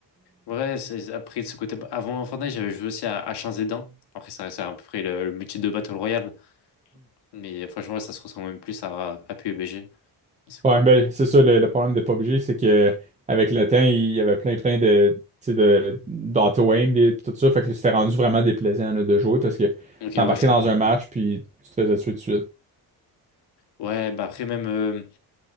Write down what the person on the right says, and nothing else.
Ouais, ben c'est ça le, le problème de PUBG, c'est que avec le temps, il y avait plein plein de tu sais, de d'auto-aim des- tout ça, fait que c'était rendu vraiment déplaisant là, de jouer parce que
t'embarquais
dans un match
puis tu te faisais tuer tout de suite.